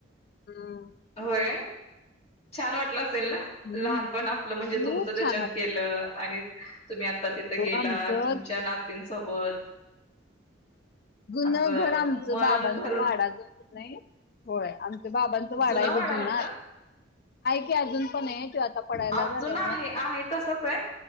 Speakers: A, on the left; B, on the left.
A: हम
B: होय छान वाटलं असेल ना
A: हम्म,
B: लहानपण आपलं म्हणजे
A: खूप
B: तुमचं त्याच्यात
A: छान
B: गेलं. आणि. तुम्ही आता तिथं
A: वाटतो
B: गेला
A: आमचं
B: तुमच्या नातींसोबत.
A: जुन
B: असं
A: घर आमचं
B: मन
A: बाबांचा
B: भरून
A: वाडा जो. नाही होय आम तो बाबांचं
B: जुना
A: वाडा आहे ग जुना.
B: होता
A: क अजून पण आहे त्यो आता पडायला
B: आज
A: झाल्या
B: जुना
A: वाडा
B: आहे आहे तसच आहे.